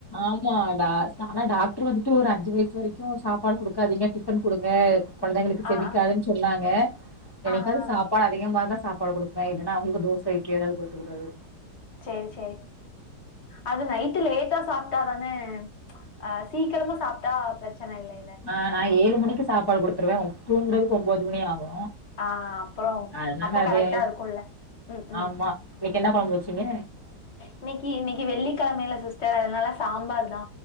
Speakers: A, on the left; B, on the left.
A: ஆமா தா ஆனா டாக்டர் வந்துட்டு ஒரு அஞ்சு வயசு வரைக்கு சாப்பாடு குடுக்காதீங்க டிஃபன் குடுங்க கொழந்தைங்களுக்கு செமிக்காதுன்
B: ஆ ஆ
A: சொன்னாங்க என்னிக்காது
B: ஆ ஆ
A: சாப் சப்பாடு அதிகமானா தா சாப்பாடு குடுப்பே இல்லனா அவங்களுக்கு தோச இட்லி ஏதாவது குடுத்துக்கறது
B: சேர்செரி அது நைட்டு லேட்டா சாப்ட்டாதான அஹ் சீக்கிரமா சாப்ட்டா பிரச்சன இல்லை
A: ஆஹ் நா ஏழு மணிக்கு சாப்பாடு குடுத்துருவே துங்குறதுக்கு ஒன்போது மணி ஆகு
B: ஆஹ் அப்பறோ
A: அதனால
B: அப்போ
A: அது
B: கரெக்டா இருக்குல்ல ம் ம்
A: ஆமா இன்னைக்கு என்ன கொழம்பு வெச்சீங்க
B: இன்னைக்கி இன்னைக்கி வெள்ளிக்கெழமயில்ல சிஸ்டர் அதனால சாம்பார் தா